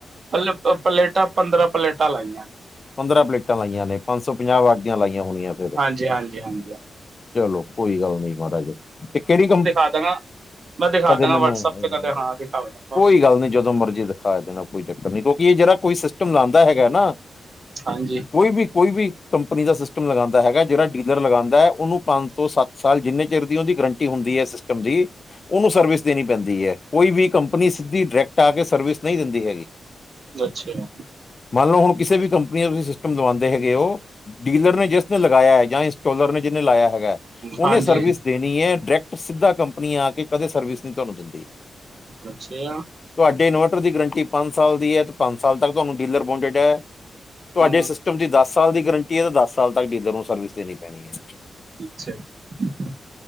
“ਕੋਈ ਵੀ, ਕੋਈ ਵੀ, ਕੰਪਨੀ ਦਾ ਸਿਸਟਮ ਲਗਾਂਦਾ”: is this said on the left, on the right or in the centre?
Left